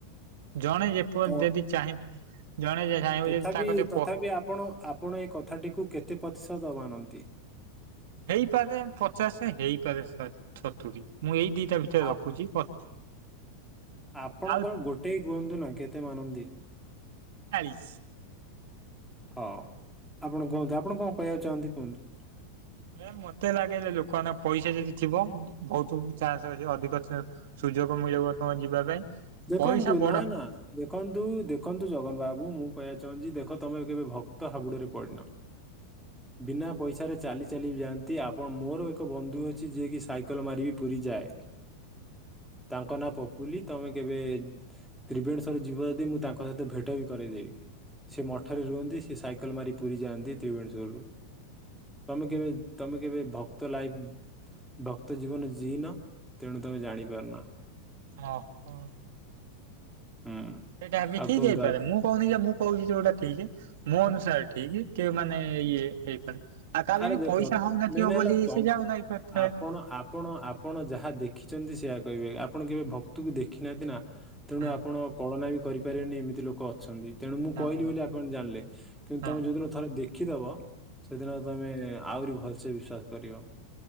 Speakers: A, on the right; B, in the centre.
A: ଜଣେ ଯେ ପ
B: ତ
A: ଯଦି ଚାହିଁବ ଜଣେ ଚାହିଁବ
B: ତଥାପି
A: ଯଦି ତା କତି
B: ତଥାପି
A: ପ
B: ଆପଣ ଆପଣ ଏ କଥାଟିକୁ କେତେ ପ୍ରତିଶତ ମାନନ୍ତି?
A: ହେଇପାରେ ପଚାଶ ହେଇପାରେ ଶା ସତୁରି ମୁଁ ଏଇ ଦି ତା ଭିତରେ
B: ଆପ
A: ରଖୁଚି। ପ
B: ଆପଣଙ୍କର
A: ଆଉ
B: ଗୋଟେ କୁହନ୍ତୁ ନା କେତେ ମାନନ୍ତି?
A: ଚାଳିଶ।
B: ହଁ ଆପଣ କୁହନ୍ତୁ ଆପଣ କଣ କହିବାକୁ ଚାହାଁନ୍ତି କୁହନ୍ତିୁ?
A: ହେ ମତେ ଲାଗେ ଯେ ଲୋକମାନଙ୍କ ପଇସା ଯଦି ଥିବ ବହୁତ ଚାନ୍ସ ଅଛି ଅଧିକ ଚା ସୁଯୋଗ ମିଳି <unintelligible> ମ ଯିବା ପାଇଁ
B: ଦେଖନ୍ତୁ
A: ପଇସା ବଡ
B: ନା ନା। ଦେଖନ୍ତୁ ଦେଖନ୍ତୁ ଜଗନ ବାବୁ ମୁଁ କହିବାକୁ ଚାହୁଁଛି। ଦେଖ ତମେ କେବେ ଭକ୍ତ ହାବୁଡରେ ପଡ଼ିନ। ବିନା ପଇସାରେ ଚାଲି ଚାଲି ଯାଆନ୍ତି ଆପଣ ମୋର ଏକ ବନ୍ଧୁ ଅଛି। ଯିଏକି ସାଇକେଲ ମାରିବି ପୁରୀ ଯାଏ। ତାଙ୍କ ନାଁ ପପୁଲି ତମେ କେବେ ତ୍ରିବେଣେଶ୍ଵର ଯିବ ଯଦି। ମୁଁ ତାଙ୍କ ସହିତ ଭେଟ ବି କରେଇଦେବି। ସେ ମଠରେ ରୁହନ୍ତି ସେ ସାଇକେଲ ମାରି ପୁରୀ ଯାଆନ୍ତି ତ୍ରିବେଣିଶ୍ୱରରୁ। ତମେ କେମ ତମେ କେବେ ଭକ୍ତ ଲାଇଫ ଭକ୍ତ ଜୀବନ ଜିଁଇନ ତେଣୁ ତମେ ଜାଣିପାରୁନା।
A: ଓ ହୋ।
B: ହୁଁ।
A: ସେଇଟା ଏ ବି
B: ଆଉ
A: ଠିକ
B: କୁହନ୍ତୁ
A: ହେଇପାରେ
B: ଆଉ
A: ମୁଁ କହୁନି ଯେ ମୁଁ କହୁଛି ଯୋଉଟା ଠିକ ମୋ ଅନୁସାରେ ଠିକ କିଏ ମାନେ ଇଏ ହେଇପାରେ ଆଉ କାଲି
B: ଆରେ
A: ବି
B: ଦେଖ
A: ପଇସା ହଉନଥିବ
B: ମେନ୍ ହେଲା
A: ବୋଲି
B: ତ
A: ସେ ଯାଉନାହିଁ ଥାଏ।
B: ଆପଣ ଆପଣ ଆପଣ ଯାହା ଦେଖିଛନ୍ତି ସେଆ କହିବେ ଆପଣ କେବେ ଭକ୍ତକୁ ଦେଖି ନାହାନ୍ତି ନା ତେଣୁ
A: ହଁ
B: ଆପଣ କଳନା ବି କରିପାରିବେନି ଏମିତି ଲୋକ ଅଛନ୍ତି। ତେଣୁ ମୁଁ
A: ହଁ
B: କହିଲି ବୋଲି ଆପଣ ଜାଣିଲେ କିନ୍ତୁ
A: ହଁ
B: ତମେ ଯୋଉଦିନ ଥରେ ଦେଖିଦବ ସେଦିନ ଏ ଆହୁରି ଭଲସେ ବିଶ୍ଵାସ କରିବ।